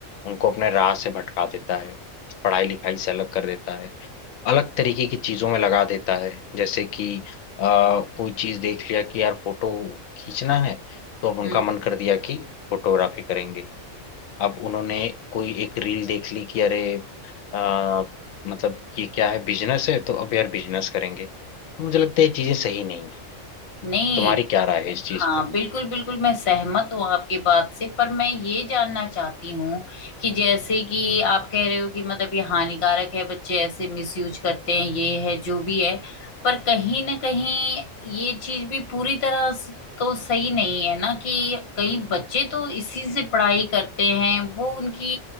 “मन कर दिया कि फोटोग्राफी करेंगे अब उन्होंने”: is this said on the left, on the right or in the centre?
Left